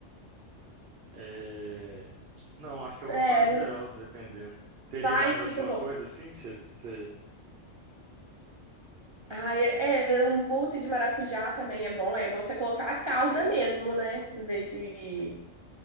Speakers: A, on the right (about 55°); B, on the right (about 30°).
A: É... Não, acho que eu vou
B: É,
A: fazer ela, dependendo. Teria
B: faz,
A: mais alguma
B: fica bom.
A: coisa assim que você, você-
B: Ai, é, é, o mousse de maracujá também é bom. É bom você colocar a calda mesmo, né? Em vez de...